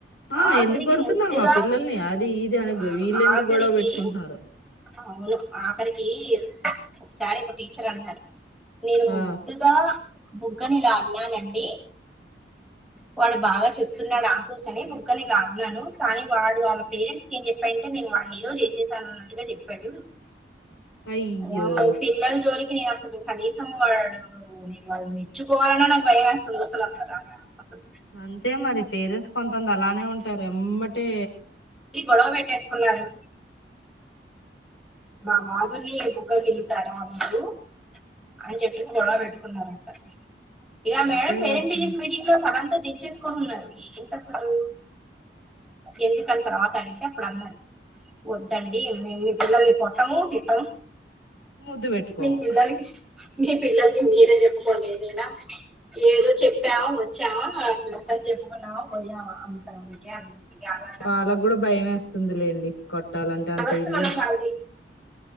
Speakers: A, on the left; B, in the centre.
A: ఆ
B: ఆఖరికి
A: ఎందుకు కొడుతున్నారు
B: ముద్దుగా
A: మా పిల్లల్ని అది ఇది అని
B: ఆ
A: వీళ్ళు ఎందుకు
B: ఆఖరికి
A: గొడవ పెట్టుకుంటున్నారు
B: అవును ఆఖరికి ఒకసారి ఏమో టీచర్ అన్నార్ నేను ముద్దుగా
A: ఆ
B: బుగ్గని ఇలా అన్నంనండి వాడు బాగా చెప్తున్నాడు ఆన్సర్స్ అని బుగ్గలు ఇలా అన్నాను కానీ వాడు వాళ్ళ పేరెంట్స్కి ఏం చెప్ప పోయింటే నేను వాన్ని ఏదో చేసేసాను అన్నట్టుగా చెప్పాడు
A: అయ్యో
B: వామ్మో పిల్లల జోలికినే అస్ అసలు కనీసం వాళ్ళు నేను వాళ్ళు మెచ్చుకోవాలన్నా నాకు భయం వేస్తుంది అసలు అసలు
A: అంతే మరి పేరెంట్స్ కొంతంది అలానే ఉంటారు ఎమటే
B: ఈ గొడవ పెట్టేసుకున్నారు మా <unintelligible> బుగ్గ గిల్లుతాడు అప్పుడు అని చెప్పేసి గొడవ పెట్టుకున్నారంట ఇగ
A: అంతే
B: మేడం పేరెంట్
A: చేస్తున్నా
B: టీచర్స్ మీటింగ్ లో తలంతా దీంచెస్ కొనునర్ ఏంటి అసలు ఎందుకని తర్వాత అడిగితే అప్పుడు అన్నారు వద్దండి మేము మీ పిల్లలని కొట్టము తిట్టము
A: ముద్దు పెట్టుకోము
B: మీ పిల్లలకి మీ పిల్లలకి మీరే చెప్పుకోండి ఏదైనా ఏదో చెప్పామ వచ్చావా అట్లాస చెప్పుకున్నామా పోయామా అంతే నీకు యాలా
A: వాళ్ళకు కూడా భయం వేస్తుంది లేండి కొట్టాలంటే అంత
B: అవర్స్
A: ఇదిగా
B: మనం వాళ్ళ